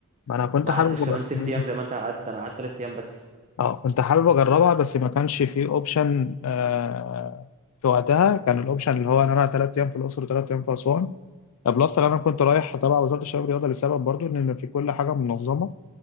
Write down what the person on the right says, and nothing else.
ما
قعدتش كمان
ست ايام زي ما انت قعدت انا قعدت ثلاث ايام بس